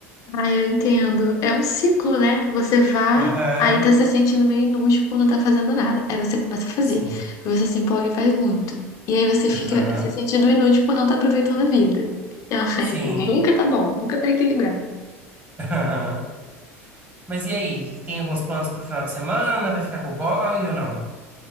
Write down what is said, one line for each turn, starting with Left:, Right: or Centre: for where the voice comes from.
Left: Ah, eu entendo. É um ciclo, né? Você vai,
Right: Aham,
Left: aí tá se sentindo meio inútil por não tá fazendo nada. Aí você começa a fazer.
Right: sim.
Left: Aí você se empolga e faz muito. E aí você fica
Right: Aham,
Left: se sentindo inútil por não tá aproveitando a vida. <laughs> E, ai,
Right: sim.
Left: nunca tá
Right: Aham. Mas e aí? Tem alguns planos pro final de semana? Vai ficar com o boy ou não?